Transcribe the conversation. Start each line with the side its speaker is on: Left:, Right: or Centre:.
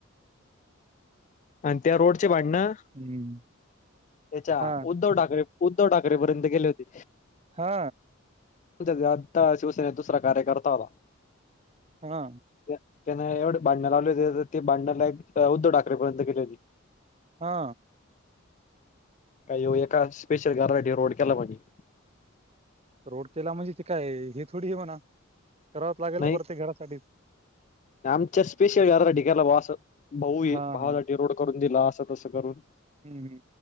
Left: आणि त्या रोडचे भांडण
Right: हम्म.
Left: त्याच्या
Right: हा
Left: उद्धव ठाकरे उद्धव ठाकरे पर्यंत गेले होते.
Right: हा.
Left: म्हण आता शिवसेनेचा दुसरा कार्यकर्ता होता.
Right: हा.
Left: त्याना एवढे भांडण लावले होते तर ती भांडणला एक उद्धव ठाकरे पर्यंत गेलेली.
Right: हा.
Left: काही हो एका स्पेशल गाड रोड केला म्हजे
Right: रोड केला म्हणजे ते काय हे थोडी हे बणा. लागेल
Left: नाही
Right: ना प्रत्येक घरासाठी
Left: आमच्या स्पेशल घराचा केला भा भाऊ
Right: हा
Left: भावासाठी
Right: हा
Left: रोड. दिला असं तसं करून
Right: हम्म